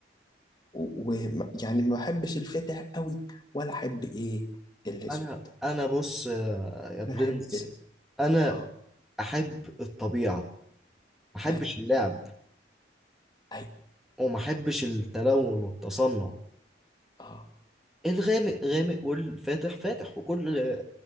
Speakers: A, on the left; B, in the centre.
A: ويعني ما بحبش الفاتح قوي ولا احب ايه الاسود
B: انا انا بص يا يا برنس
A: بحب ال...
B: انا
A: اه
B: احب الطبيعة ما احبش
A: ايوه
B: اللعب
A: ايوه
B: وما احبش التلون والتصنع
A: اه
B: الغامق غامق والفاتح فاتح وكل